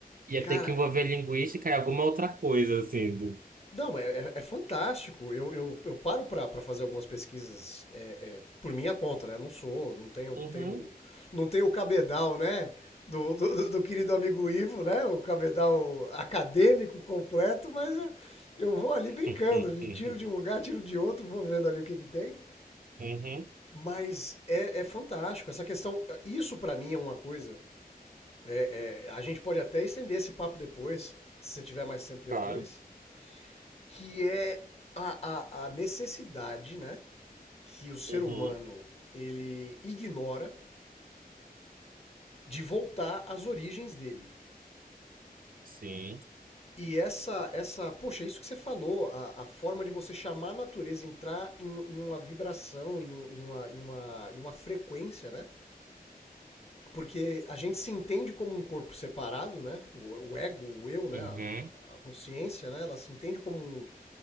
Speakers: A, on the right; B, on the left.
A: Ia
B: Cara,
A: ter que envolver linguística e alguma outra coisa, assim. Do...
B: Não, é, é- é fantástico. Eu, eu- eu paro para fazer algumas pesquisas é, é, por minha conta, né? Não sou, não tenho,
A: Uhum.
B: tenho- não tenho o cabedal, né? Do, do- do- do querido amigo Ivo, né? O cabedal acadêmico completo, mas é, eu vou ali
A: <laughs>
B: brincando, tiro de um lugar, tiro de outro, vou vendo ali o que que tem.
A: Uhum,
B: Mas é, é fantástico. Essa questão, isso para mim é uma coisa. é, a gente pode até estender esse papo depois, se você tiver mais tempo depois.
A: claro.
B: que é a, a, a necessidade, né, que o ser
A: Uhum,
B: humano ele ignora de voltar às origens dele.
A: sim.
B: E essa, essa, poxa, isso que você falou, a, a forma de você chamar a natureza, entrar em, em uma vibração, em, um- em uma, em, uma, em uma frequência, né? Porque a gente se entende como um corpo separado, né? O, o ego, o eu, né?
A: Uhum.
B: A, a- consciência, né? Ela se entende como um,